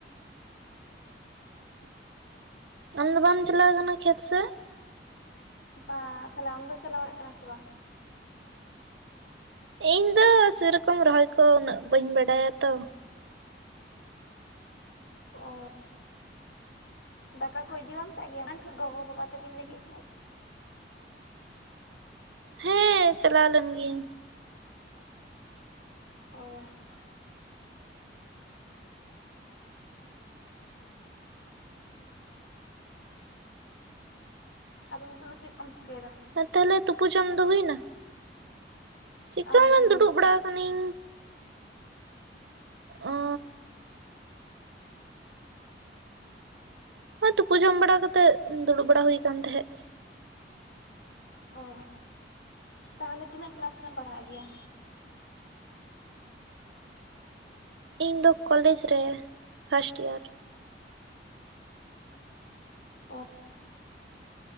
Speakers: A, on the right (about 85°); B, on the left (about 80°).
A: ᱟᱢ ᱫᱚ ᱵᱟᱢ ᱪᱟᱞᱟᱣ ᱟᱠᱟᱱᱟ ᱠᱷᱮᱛ ᱥᱮᱜ?
B: ᱵᱟ ᱛᱟᱦᱚᱞᱮ ᱟᱢ ᱫᱚ ᱪᱟᱞᱟᱜ ᱠᱟᱱᱟ ᱥᱮ ᱵᱟᱝ?
A: ᱤᱧ ᱫᱚ ᱥᱮᱨᱚᱠᱚᱢ ᱨᱚᱦᱚᱭ ᱠᱚ ᱩᱱᱟᱹᱜ ᱵᱟᱹᱧ ᱵᱟᱰᱟᱭᱟ ᱛᱚ᱾
B: ᱚᱻ ᱫᱟᱠᱟ ᱠᱚ ᱤᱫᱤ ᱵᱟᱢ ᱪᱟᱜ ᱜᱮᱭᱟ <unintelligible> ᱜᱚᱜᱚ ᱵᱟᱵᱟ ᱛᱟᱠᱤᱱ ᱞᱟᱹᱜᱤᱫ?
A: ᱦᱮᱸ ᱪᱟᱞᱟᱣ ᱞᱮᱱ ᱜᱤᱭᱟᱹᱧ᱾
B: ᱚᱻ ᱟᱫᱚ ᱱᱤᱛᱚᱜ ᱫᱚ ᱪᱮᱜ ᱠᱚᱢ ᱪᱤᱠᱟᱹᱭᱫᱟ?
A: ᱟᱨ ᱛᱟᱦᱚᱞᱮ ᱛᱩᱯᱩ ᱡᱚᱢ ᱫᱚ ᱦᱩᱭ ᱮᱱᱟ? ᱪᱤᱠᱟᱹ
B: ᱟᱹᱣᱨᱤ
A: ᱦᱚᱸ ᱵᱟᱝ ᱫᱩᱲᱩᱵ ᱵᱟᱲᱟ ᱟᱠᱟᱱᱟᱹᱧ ᱚᱻ ᱦᱮᱸ ᱛᱩᱯᱩ ᱡᱚᱢ ᱵᱟᱲᱟ ᱠᱟᱛᱮᱜ ᱫᱩᱲᱩᱵ ᱵᱟᱲᱟ ᱦᱩᱭ ᱟᱠᱟᱱ ᱛᱟᱦᱮᱸᱜ᱾
B: ᱚ᱾ ᱛᱟᱦᱚᱞᱮ ᱛᱤᱱᱟᱹᱜ ᱠᱞᱟᱥ ᱨᱮᱢ ᱯᱟᱲᱦᱟᱜ ᱜᱮᱭᱟ?
A: ᱤᱧ ᱫᱚ ᱠᱚᱞᱮᱡᱽ ᱨᱮ ᱯᱷᱟᱥᱴ ᱤᱭᱟᱨ᱾
B: ᱚ